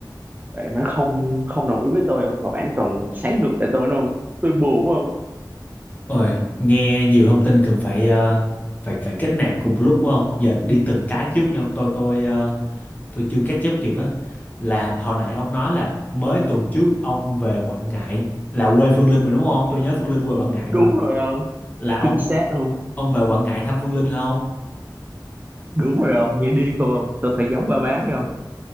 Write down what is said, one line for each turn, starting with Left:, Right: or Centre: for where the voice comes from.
Right: bạn nó không không đồng ý với tôi ông mà bạn còn sáng ngược lại tôi đúng không tôi buồn phải không
Left: Ôi, nghe nhiều thông tin cần phải ờ, phải phải kết nạp cùng một lúc quá không? Giờ đi từng cái trước nha ông. Tôi tôi ờ, tôi chưa catch up kịp á. Là hồi nãy ông nói là mới tuần trước ông về Quảng Ngãi là quê Phương Linh mà đúng không? Tôi nhớ Phương Linh quê Quảng Ngãi
Right: đúng
Left: mà.
Right: rồi ông
Left: Là ông
Right: chính xác không
Left: ông về Quảng Ngãi thăm Phương Linh hả không?
Right: đúng rồi ông nghe điên không ông tôi phải giấu ba má đi không